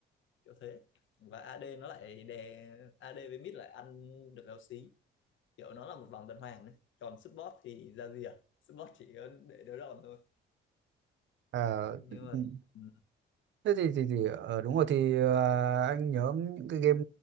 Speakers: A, on the left; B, on the right.
A: kiểu thế và AD nó lại đè AD với mid lại ăn được éo xí kiểu nó là một vòng tuần hoàn đấy còn support thì ra gì à support chỉ có để đỡ đòn thôi
B: Ờ,
A: nhưng mà
B: ừ,
A: ừ,
B: thế thì thì, thì ờ, đúng rồi thì ờ, anh nhớ những cái game